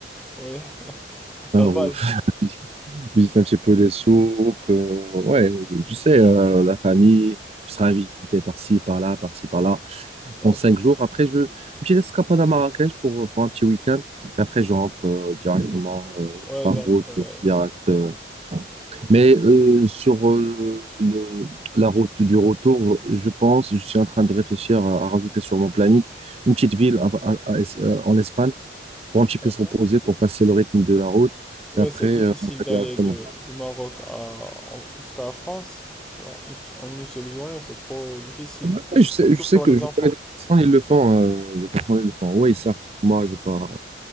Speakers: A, in the centre; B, on the right.
A: ouais, <laughs>
B: Alors,
A: la base.
B: <laughs> visiter un petit peu des souks. euh, ouais, tu sais, euh, la famille, je serai invité par-ci, par-là, par-ci, par-là.
A: Ouais,
B: Pendant cinq jours, après, je, une petite escapade à Marrakech pour, pour un petit week-end. Et après, je rentre euh, directement euh,
A: ouais,
B: par
A: donc,
B: route,
A: euh,
B: euh, direct. euh. Mais euh, sur euh, le, la route du retour, je pense, je suis en train de réfléchir à, à rajouter sur mon planning une petite ville à- à- à Es- euh, en Espagne pour un petit peu
A: d'accord.
B: se reposer, pour casser le rythme de la route.
A: Oui,
B: Et après,
A: c'est
B: euh,
A: difficile
B: on va
A: d'aller
B: directement.
A: de, du Maroc à, en- jusqu'à la France. Alors, une- en une seule journée, c'est trop difficile.
B: Ouais, je sais,
A: Surtout
B: je sais
A: pour
B: que
A: les
B: je
A: enfants.
B: connais des personnes, ils le font, euh, des personnes, ils le font. Oui, certes, moi, j'ai pas,